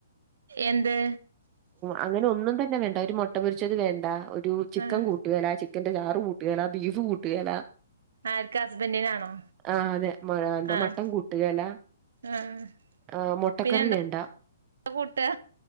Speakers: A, on the right; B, on the right.
A: എന്ത്
B: അങ്ങനെ ഒന്നും തന്നെ വേണ്ട ഒരു മുട്ട പൊരിച്ചത് വേണ്ട ഒരു ചിക്കൻ
A: ആഹ്
B: കൂട്ടുകല ചിക്കൻന്റെ ചാറ് കൂ ല്ല ബീഫ് കൂട്ടുകേല
A: ആർക്ക് ഹസ്ബൻഡിനാണോ
B: ആ അതെ മ എന്താ
A: ആഹ്
B: മട്ടൻ കൂട്ടുകേല
A: ആഹ്
B: ആ മുട്ടക്കറി
A: പിന്നെ എന്താ
B: വേണ്ട
A: കൂട്ടാ